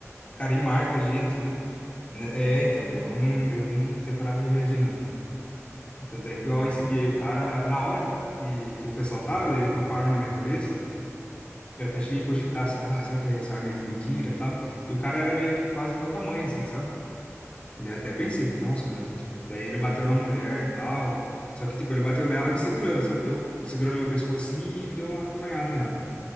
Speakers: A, on the left; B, on the right.
A: Cara,
B: não recomendo
A: e marca a gente,
B: reagir.
A: né? Né, É, então, eu não, eu não tenho coragem de reagir, não. Tanto é que, ó, esse dia aí, o cara, na hora que, que eu fui assaltado, ele colocou a arma na minha cabeça. Eu até cheguei a cogitar, assim, ah, será que essa arma é de mentira e tal? E o cara era meio que quase do meu tamanho, assim, sabe? Daí eu até pensei, falei, nossa, mano, tipo, daí ele bateu na mulher e tal. Só que, tipo, ele bateu nela me segurando, sabe? Eu segurando meu pescoço assim e deu uma coronhada nela.